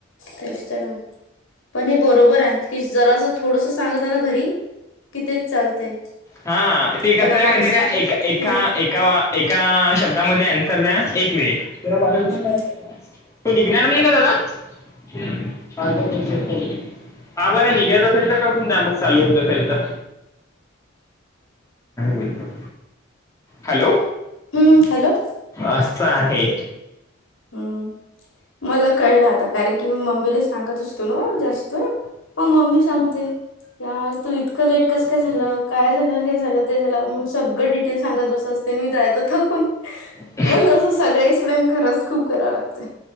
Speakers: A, on the left; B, on the left.
A: तेच तर ह पण हे बरोबर आहे की जरा असं थोडस सांगत आहे ना घरी कि तेच चालतंय
B: हा ते कस
A: पण आता
B: आहे माहिती
A: कसं
B: का एक एकाा
A: हम्म
B: ए एका शब्दामध्ये अन्सर द्या एक मिनिटुुस
A: हम्म
B: का तू निघणार नाही का दादा श हा बरं निघायच असेल तर करून द्या मग चालू होत असेल तर ोलतो हॅलो
A: हम्म हॅलो
B: अस आहे
A: हम्म मला कळलं आता कारण की मी मम्मीला सांगत असतो ना जास्त मग मम्मी शांते यार तू इतकं लेट कस काय झालं काय झालं हे झालं ते झालं मग सगळं डिटेल् सांगत बसस ते मी जायत थकून
B: ह
A: त असं सगळं एक्सप्लेन खराच खूप कराव लागत